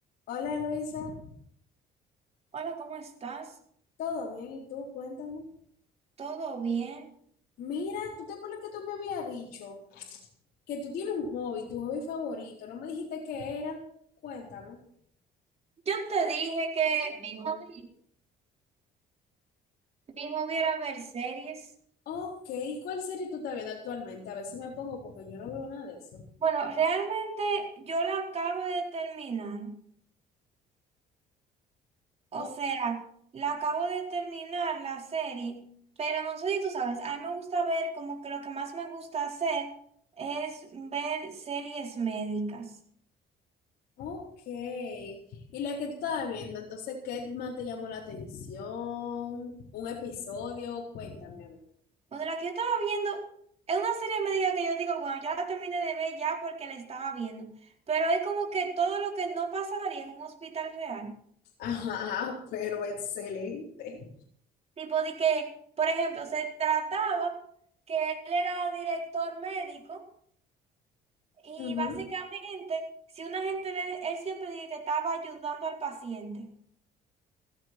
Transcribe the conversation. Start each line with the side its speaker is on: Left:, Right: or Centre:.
Left: Hola Luisa,
Right: Hola, ¿cómo estás?
Left: ¿todo bien? ¿Y tú? Cuéntame.
Right: ¿Todo bien?
Left: Mira, ¿tú te acuerdas que tú me habías dicho que tú tienes un hobby, tu hobby favorito? ¿No me dijiste qué era? Cuéntame.
Right: Yo te dije que mi hobby mi hobby era ver series.
Left: Ok, ¿cuál serie tú estás viendo actualmente? A ver si me pongo porque yo no veo nada de eso.
Right: Bueno, realmente yo la acabo de terminar. O
Left: O-
Right: sea, la acabo de terminar la serie, pero no sé si tú sabes, a mí me gusta ver como que lo que más me gusta hacer es ver series médicas.
Left: ok, ¿y la que tú estabas viendo? Entonces, ¿qué más te llamó la atención? ¿Un episodio? Cuéntame, a ver.
Right: Bueno, la que yo estaba viendo es una serie médica que yo digo, bueno, ya la terminé de ver ya porque la estaba viendo. Pero es como que todo lo que no pasaría en un hospital real.
Left: <laughs> Ajá, pero excelente.
Right: Tipo de que, por ejemplo, se trataba que él era director médico y
Left: Ujú,
Right: básicamente, si una gente, le- él siempre dije que estaba ayudando al paciente.